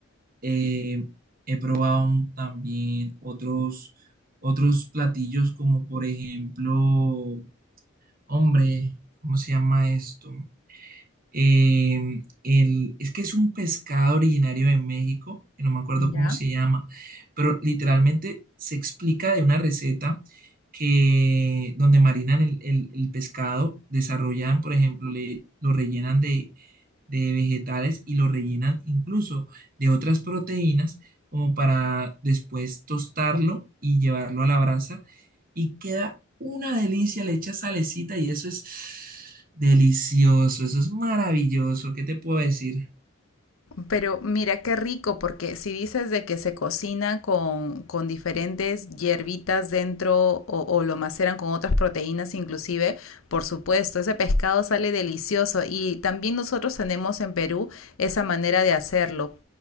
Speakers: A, on the right (about 45°); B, on the left (about 80°).
A: Eh, he probado un- también otros, otros platillos como, por ejemplo, hombre, ¿cómo se llama esto? Eh, el, es que es un pescado originario de México, que no me acuerdo
B: Ya.
A: cómo se llama, pero literalmente se explica de una receta que donde marinan el, el- el pescado, desarrollan, por ejemplo, le, lo rellenan de, de vegetales y lo rellenan incluso de otras proteínas, como para después tostarlo y llevarlo a la brasa, y queda una delicia, le echas salecita y eso es. Delicioso, eso es maravilloso. ¿Qué te puedo decir?
B: Pero mira qué rico, porque si dices de que se cocina con, con diferentes hierbitas dentro o, o lo maceran con otras proteínas inclusive, por supuesto, ese pescado sale delicioso y también nosotros tenemos en Perú esa manera de hacerlo